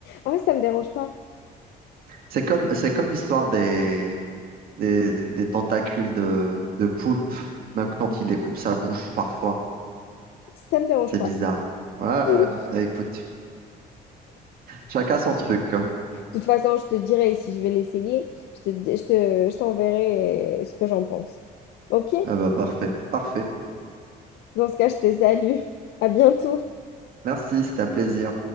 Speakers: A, on the left (about 75°); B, on the right (about 60°).
A: Ah, ouais, ça me dérange pas.
B: C'est comme, c'est comme l'histoire des, des, des tentacules de, de poulpe. Même quand il les coupe, ça bouge parfois.
A: Ça me dérange
B: C'est
A: pas.
B: bizarre. Ouais, ouais.
A: <laughs>
B: ouais. Bah écoute, chacun son truc. hein.
A: De toute façon, je te dirai si je vais l'essayer. Je te, di- je te, je t'enverrai ce que j'en pense. Ok?
B: Ah bah parfait, parfait.
A: Dans ce cas, je te salue. À bientôt.
B: Merci, c'était un plaisir.